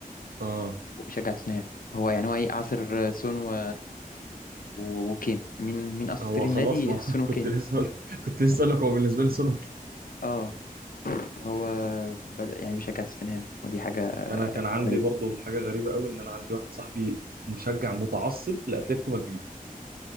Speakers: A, on the right; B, on the left.
A: اه
B: وبيشجع توتنهام هو يعني هو ايه عصر سون و... و... وكين مين مين اساطير
A: هو
B: النادي
A: خلاص ما
B: سون
A: <laughs>
B: وكين
A: كنت لسه أقول... كنت لسه اقول لك هو بالنسبه لي سونو
B: اه هو بدأ يعني بيشجع توتنهام ودي حاجة
A: انا كان عندي
B: غريبة
A: برضو حاجه غريبه قوي ان انا عندي واحد صاحبي مشجع متعصب لاتلتيكو مدريد